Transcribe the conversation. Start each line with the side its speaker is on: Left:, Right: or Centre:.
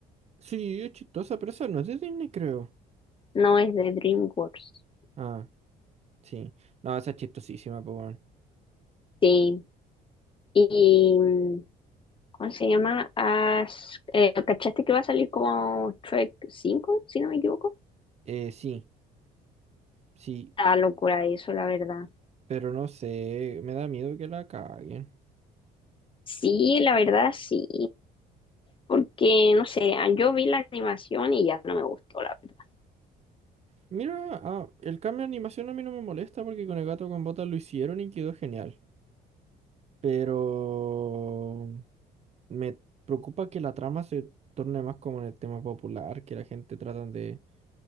Right: Sí, es chistosa, pero esa no es de Disney, creo.
Left: No, es de DreamWorks.
Right: Ah, sí. No, esa es chistosísima, pues bueno.
Left: Sí. Y, mm, ¿cómo se llama? Has- eh, ¿cachaste que va a salir como Shrek cinco? si no me equivoco?
Right: Eh, sí, sí,
Left: Ah, locura eso, la verdad.
Right: pero no sé, me da miedo que la caguen.
Left: Sí, la verdad, sí. Porque, no sé, ah, yo vi la animación y ya no me gustó, la verdad.
Right: Mira, ah, el cambio de animación a mí no me molesta porque con el gato con botas lo hicieron y quedó genial. Pero me preocupa que la trama se torne más como en el tema popular, que la gente tratan de,